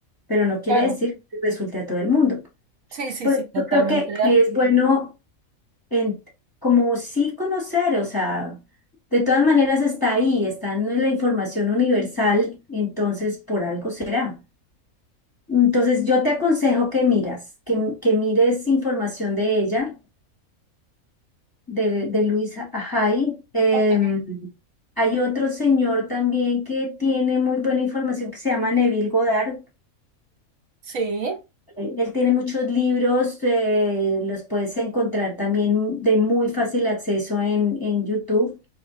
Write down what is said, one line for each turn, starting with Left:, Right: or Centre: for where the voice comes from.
Left: pero no quiere
Right: claro.
Left: decir que resulte a todo el mundo. Entonces
Right: Sí, sí,
Left: por
Right: sí,
Left: eso
Right: totalmente.
Left: yo creo que
Right: de
Left: que
Right: acuerdo.
Left: es bueno en- como sí conocer, o sea, de todas maneras está ahí, está en la información universal, entonces por algo será. Entonces yo te aconsejo que miras, que, que mires información de ella, de, de Luisa Ajay. Em,
Right: Ok.
Left: hay otro señor también que tiene muy buena información que se llama Neville Goddard.
Right: Sí,
Left: Eh, Él tiene muchos libros, eh, los puedes encontrar también de muy fácil acceso en, en YouTube.